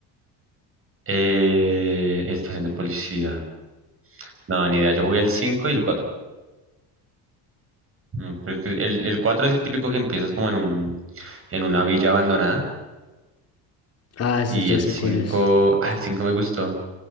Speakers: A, on the right; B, on the left.
A: Eh, estación de policía. No, ni idea. Yo jugué el 5 y el cuatro No, pero es que el, el 4 es el típico que empiezas como en un, en una villa abandonada.
B: Ah, ese
A: Y
B: ya
A: el
B: sé
A: 5
B: cuál es.
A: ah, el 5 me gustó.